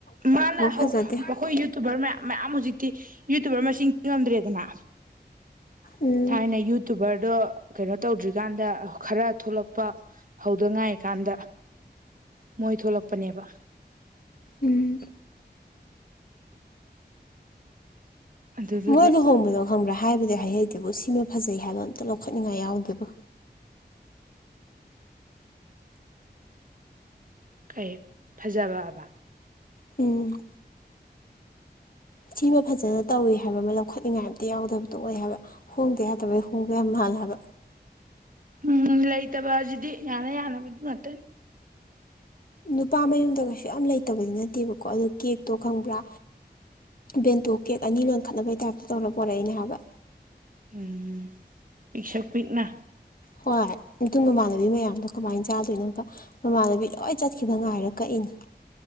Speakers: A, on the right; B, on the left.
A: ꯃꯥꯅ
B: ꯐꯖꯗꯦ
A: ꯑꯩꯈꯣꯏ ꯌꯨꯇꯨꯕꯔ ꯃꯌꯥꯝ ꯃꯌꯥꯝ ꯍꯧꯖꯤꯛ ꯌꯨꯇꯨꯕꯔ ꯃꯁꯤꯡ ꯊꯤꯉꯝꯗ꯭ꯔꯦꯗꯅ
B: ꯎꯝ
A: ꯊꯥꯏꯅ ꯌꯨꯇꯨꯕꯔꯗꯣ ꯀꯩꯅꯣ ꯇꯧꯗ꯭ꯔꯤꯀꯥꯟꯗ ꯈꯔ ꯊꯣꯛꯂꯛꯄ ꯍꯧꯗ ꯉꯥꯏ ꯀꯥꯟꯗ ꯃꯣꯏ ꯊꯣꯛꯂꯛꯄꯅꯦꯕ
B: ꯎꯝ
A: ꯑꯗꯨꯗꯨꯗ
B: ꯃꯣꯏꯗ ꯍꯣꯡꯕꯗꯣ ꯈꯪꯕ꯭ꯔꯥ ꯍꯥꯏꯕꯗꯤ ꯍꯩꯍꯩꯗꯨꯕꯨ ꯁꯤꯃ ꯐꯖꯩ ꯍꯥꯏꯕ ꯑꯝꯇ ꯂꯧꯈꯠꯅꯤꯡꯉꯥꯏ ꯌꯥꯎꯗꯦꯕ
A: ꯀꯩ ꯐꯖꯕꯥꯕ
B: ꯎꯝ ꯁꯤꯃ ꯐꯖꯅ ꯇꯧꯏꯤ ꯍꯥꯏꯕ ꯑꯃ ꯂꯧꯈꯠꯅꯤꯉꯥꯏ ꯑꯝꯇ ꯌꯥꯎꯗꯕꯗꯣ ꯑꯣꯏ ꯍꯥꯏꯕ ꯍꯣꯡꯗ ꯌꯥꯗꯕꯩ ꯍꯣꯡꯕ ꯌꯥꯝ ꯃꯥꯜꯂꯦ ꯍꯥꯏꯕ
A: ꯎꯝ ꯂꯩꯇꯕꯁꯤꯗꯤ ꯌꯥꯅ ꯌꯥꯅꯕ ꯑꯥꯗꯨ ꯉꯥꯠꯇꯅꯤ
B: ꯅꯨꯄꯥ ꯃꯌꯨꯝꯗ ꯀꯩꯁꯨ ꯌꯥꯝ ꯂꯩꯇꯕꯗꯤ ꯅꯠꯇꯦꯕꯀꯣ ꯑꯗꯨ ꯀꯦꯛꯇꯣ ꯈꯪꯕ꯭ꯔꯥ ꯕꯦꯟꯇꯣ ꯀꯦꯛ ꯑꯅꯤ ꯂꯣꯟ ꯈꯠꯅꯕꯩ ꯇꯥꯏꯞꯇ ꯇꯧꯔ ꯄꯣꯔꯛꯏꯅꯦ ꯍꯥꯏꯕ
A: ꯎꯝ ꯄꯤꯛꯁꯛ ꯄꯤꯛꯅ
B: ꯍꯣꯏ ꯑꯗꯨ ꯃꯃꯥꯟꯅꯕꯤ ꯃꯌꯥꯝꯗꯣ ꯀꯃꯥꯏꯅ ꯆꯥꯗꯣꯏꯅꯣꯕ ꯃꯃꯥꯟꯅꯕꯤ ꯂꯣꯏ ꯆꯠꯈꯤꯕ ꯉꯥꯏꯔ ꯀꯛꯏꯅꯤ